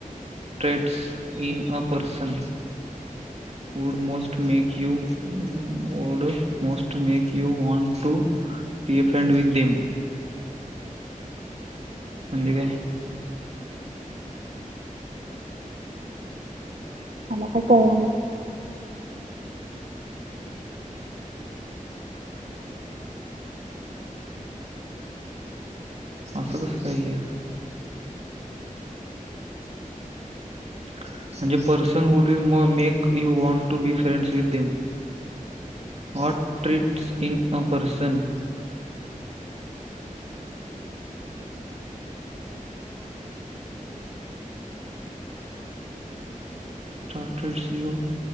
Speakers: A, on the right (about 50°); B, on the right (about 70°).
A: Traits in a person. Would must make you would must make you want to. Be a friend with them. म्हणजे काय
B: मला काय कळलं नाही
A: असं कसं काही आहे. म्हणजे person would you make you want to be friends with them. What traits in a person. तटर सिओ.